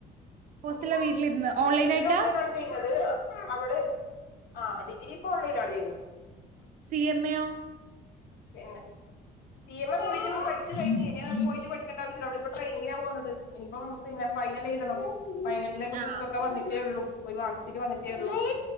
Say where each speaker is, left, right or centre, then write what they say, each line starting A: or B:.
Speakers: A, on the right; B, on the left.
A: ഹോസ്റ്റലിലാ
B: അപ്പോ
A: വീട്ടിലിരുന്ന് ഓൺലൈൻ
B: ഡിഗ്രി
A: ആയിട്ടാ?
B: ഉള്ളു ല്ലേ ചെയ്യുന്നത് അവള് ആഹ് ഡിഗ്രി ഇപ്പോ ഓൺലൈൻ ആണ് ചെയ്യുന്നത്
A: സി എം എ യോ
B: പിന്നെ സി എം എ പോയിട്ട് പഠിച്ചു കഴിഞ്ഞു ഇനി പോയിട്ട് പഠിക്കേണ്ട ആവശ്യമില്ല അവൾ ഇപ്പം ട്രെയിനിങ്ങിനാ പോകുന്നത് ഇനിയിപ്പം പിന്നെ ഫൈനൽ എഴുതണം ഫൈനൽ ഇവിടെ ഇപ്പം
A: ആ.
B: ബുക്സൊക്കെ വന്നിട്ടേ ഉള്ളൂ പോയി വാങ്ങിച്ചിട്ട് വന്നിട്ടേ ഉള്ളു